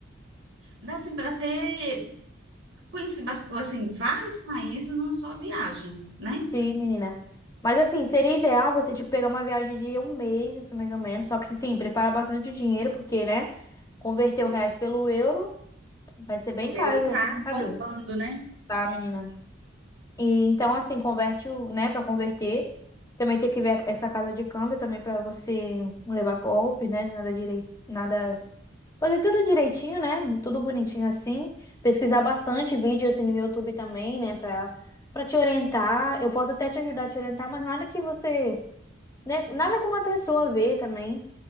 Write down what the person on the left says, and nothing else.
Sim, menina. Mas assim, seria ideal você, tipo, pegar uma viagem de um mês, assim, mais ou menos. Só que, sim, prepara bastante dinheiro, porque, né? Converter
o reais pelo euro vai ser bem
caro
essa brincadeira,
tá, menina? E então, assim, converte o, né, pra converter. Também tem que ver essa casa de câmbio também pra você não levar golpe, né? Nada direito, nada Fazer tudo direitinho, né? Tudo bonitinho assim. Pesquisar bastante vídeo assim no YouTube também, né? Pra, pra te orientar. Eu posso até te ajudar a te orientar, mas nada que você, né? Nada como a pessoa ver também.